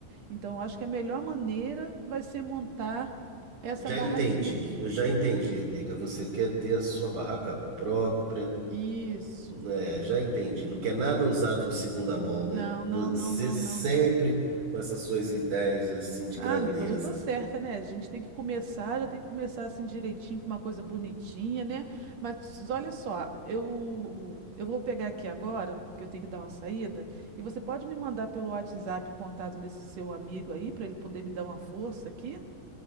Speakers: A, on the right (about 50°); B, on the right (about 85°).
A: então eu acho que a melhor maneira vai ser montar essa
B: Já
A: barraquinha
B: entendi,
A: aqui.
B: eu já entendi, amiga. Você quer ter a sua barraca própria.
A: Isso.
B: É, já entendi. Não quer nada usado de segunda mão,
A: Não,
B: né? Você
A: não, não, não,
B: sempre
A: não, não.
B: com essas suas ideias assim de
A: Ah,
B: grandeza.
A: amigo, mas eu tô certa, né? A gente tem que começar, já tem que começar assim direitinho, com uma coisa bonitinha, né? Mas olha só, eu, eu vou pegar aqui agora, que eu tenho que dar uma saída, e você pode me mandar pelo WhatsApp o contato desse seu amigo aí, pra ele poder me dar uma força aqui?